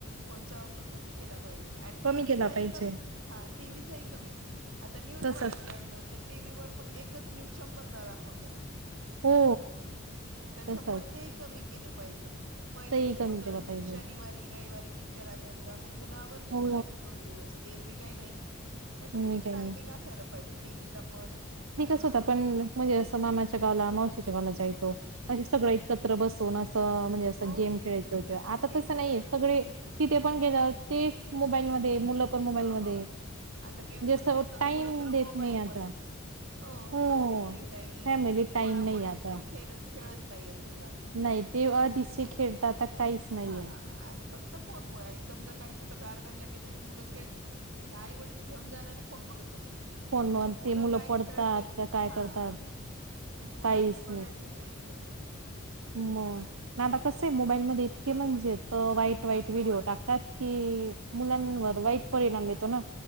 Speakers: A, on the right; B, on the right.
A: फोनचा वापर कमी केला पाहिजे. आणि
B: कमी
A: टीव्हीचाही
B: केला पाहिजे
A: कमीच. हा. टीव्हीचाही कमीच. आता न्यूज
B: तसच
A: बघायला लागलो तर टीव्ही वर पण एकच न्यूज शंभरदा दाखवतात.
B: हो.
A: त्याच्यामुळे
B: तसच
A: तेही कमी केलं पाहिजे. पहिलं
B: तेही
A: कसं
B: कमी
A: होतं?
B: केला पाहिजे.
A: शनिवारी रविवारी पिक्चर असायचा. मग मुल- वर्जून
B: हो
A: बघायचे दोन दिवस. एरवी काही नाही. मग
B: मी
A: तसच
B: काही
A: टायमिंग
B: नाही.
A: असायला पाहिजे. टी व्हीचा पण.
B: स्वतः पण म्हणजे असं मामाच्या गावाला मावशीच्या गावाला जाईल. हो. म्हणजे सगळं एकत्र बसून असं म्हणजे असं
A: हो
B: गेम खेळायच किंवा आता
A: गेम
B: तसं नाहीये
A: खेळायच
B: सगळे- तिथे पण गेल्यावर, तेच मोबाईलमध्ये मुलं पण मोबाईलमध्ये.
A: हो हो आता गेम
B: जास्त
A: पण खेळतात
B: टाइम
A: मुलं तर
B: देत
A: मोबाईल
B: नाही आता
A: मध्येच. हो
B: हो
A: चोरचिट्टी नाही.
B: फॅमिली टाइम
A: पळापळीचे
B: नाही आता
A: तर खेल खेळच नाहीयेत मुलांना.
B: नाही ते आधीचे खेळ तर आता. काहीच
A: हां.
B: नाहीये
A: हां. आणि फक्त फोनमुळे आणि समजा काही कुठं गार्डनला गेल तर मुलं खेळतील- पण आई वडील घेऊन जाणारे फोन बघत बसतात. तिथ.
B: फोन म
A: ते मुलं काय
B: पडतात
A: खेळतेत,
B: का काय
A: हां.
B: करतात
A: ते मुलांचं
B: काहीच
A: बघायचं काय- स
B: म. ना आता कसं आहे मोबाईल मध्ये इतके
A: त्याच्यामुळे
B: म्हणजे
A: खूप
B: वाईट वाईट
A: जास्त
B: व्हिडिओ
A: वाढत
B: टाकतात
A: चाललं
B: की मुलांवर वाईट परिणाम येतो ना.